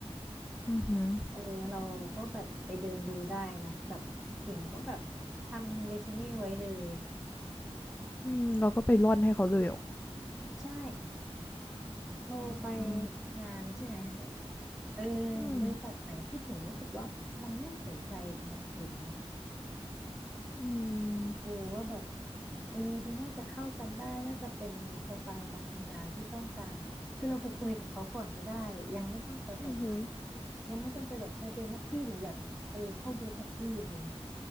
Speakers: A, on the left; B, in the centre.
A: อือฮึอ
B: เออเราก็แบบไปเดินดูได้นะแบบถิงก็แบบทำเรซูเม่ไว้เลย
A: ืมเราก็ไปร่อนให้เขาเลยเหรอ
B: ใช่พอไป
A: อืม
B: งานใช่ไหมแบบเออ
A: อืม
B: บริษัทไหนที่ถิงรู้สึกว่ามันน่าสนใจสำหรับถิงอ่ะ
A: อืม
B: เออว่าแบบ เออดูน่าจะเข้ากันได้น่าจะเป็นสไตล์การทำงานที่ต้องการคือเราไปคุยกับเขาก่อนก็ได้ยังไม่ต้องไปแบบ
A: อือฮึ
B: ยังไม่ต้องไปแบบชัดเจนนะพี่หนูอยากเออเข้าบริษัทพี่อะไรเงี้ย